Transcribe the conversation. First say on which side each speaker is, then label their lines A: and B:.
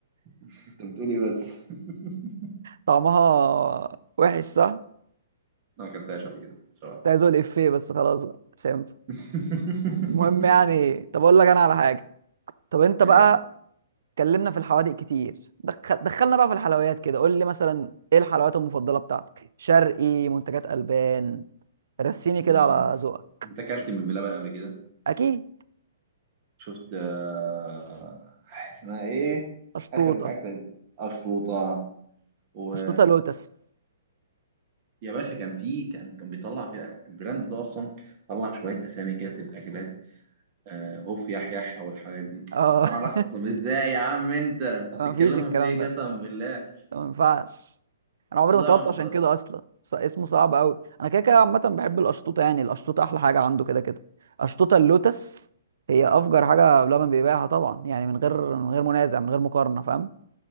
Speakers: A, on the right (about 40°); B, on the right (about 75°).
A: <laughs> انت بتقول ايه بس <laughs> أنا
B: طعمها وحش صح كنت
A: ما اكلتهاش قبل كده بصراحه
B: عايز اقول افيه بس خلاص بقى مش هينفع
A: <laughs>
B: المهم يعني طب اقول لك انا على حاجه طب انت
A: إيه،
B: بقى اتكلمنا في الحوادق كتير دخل... دخلنا بقى في الحلويات كده قول لي مثلا ايه الحلويات المفضله بتاعتك شرقي منتجات البان رسيني
A: بص
B: كده على
A: انت
B: ذوقك
A: أنت اكلت من بلبن قبل كده
B: اكيد
A: شفت آه، اسمها ايه
B: اشطوطه
A: اخر اكله دي. اشطوطه و
B: اشطوطه لوتس
A: يا باشا كان في كان كان بيطلع في البراند ده اصلا طلع شويه اسامي كده بتبقى اكلات آه، هوف يح يح او الحاجات دي
B: اه
A: انا راح طب
B: <laughs>
A: ازاي يا عم انت انتوا بتتكلموا
B: مفيش الكلام
A: في ايه
B: ده
A: قسما بالله
B: ما ينفعش انا عمري
A: طلع
B: ما طلبت عشان كده اصلا ص- اسمه صعب قوي انا كده كده عامه بحب القشطوطه يعني القشطوطه احلى حاجه عنده كده كده قشطوطه اللوتس هي افجر حاجه بلبن بيبيعها طبعا يعني من غير من غير منازع من غير مقارنه فاهم